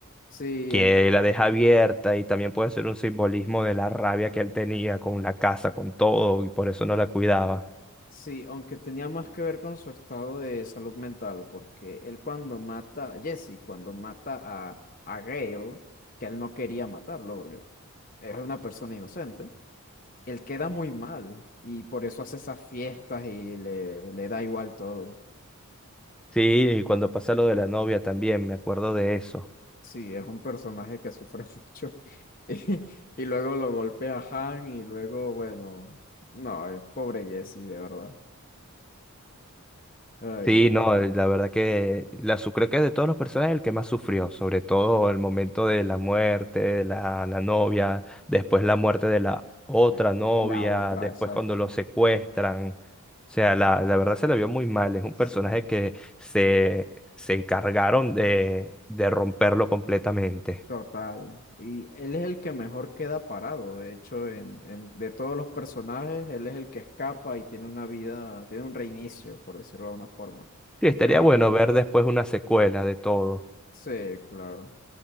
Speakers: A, on the left; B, in the centre.
A: Sí,
B: que
A: él,
B: la deja abierta y también puede ser un simbolismo de la rabia que él tenía con la casa, con todo, y por eso no la cuidaba.
A: Sí, aunque tenía más que ver con su estado de salud mental, porque él cuando mata a Jesse, cuando mata a, a Gale, que él no quería matarlo, porque es una persona inocente, él queda muy mal y por eso hace esas fiestas y le, le da igual todo.
B: Sí, y cuando pasa lo de la novia también, me acuerdo de eso.
A: Sí, es un personaje que sufre <laughs> mucho y, y luego lo golpea a Han y luego, bueno, no, eh, pobre Jesse, de verdad. Ay,
B: Sí,
A: Dios.
B: no, eh, la verdad que la, su- creo que de todos los personajes el que más sufrió, sobre todo el momento de la muerte de la, la novia, después la muerte de la otra
A: De-
B: novia,
A: La otra,
B: después
A: exacto.
B: cuando lo secuestran. O sea, la, la verdad se la vio muy mal. Es un
A: Sí.
B: personaje que se, se encargaron de, de romperlo completamente.
A: Total. Y él es el que mejor queda parado. De hecho, en, en- de todos los personajes, él es el que escapa y tiene una vida, tiene un reinicio, por decirlo de una forma.
B: Sí, estaría
A: Pero,
B: bueno ver después una secuela de todo.
A: sí, claro.